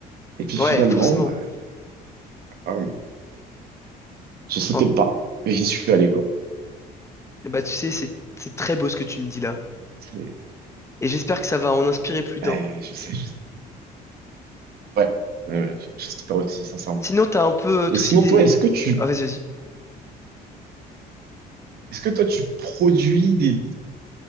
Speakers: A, on the right; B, on the left.
A: Et puis,
B: ouais,
A: finalement,
B: forcément.
A: bah, ah, on- j'ai sauté
B: En-
A: le pas. Et j'y suis allé, quoi.
B: Bah tu sais, c'est, c'est très beau ce que tu me dis là.
A: C'est-
B: Et j'espère que ça va en inspirer plus d'un.
A: Ouais, je sais, je sais. Ouais, ouais, ouais, j'espère aussi, sincèrement.
B: Sinon, t'as un peu euh,
A: Et
B: toi
A: sinon,
B: aussi des...
A: toi, est-ce que tu
B: Ah, vas-y, vas-y.
A: Est-ce que toi, tu produis des,